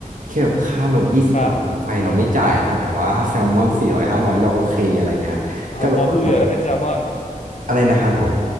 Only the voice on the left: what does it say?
ครับอ๋อพร้อมลุยเหรอถ้าเป็นแซลมอน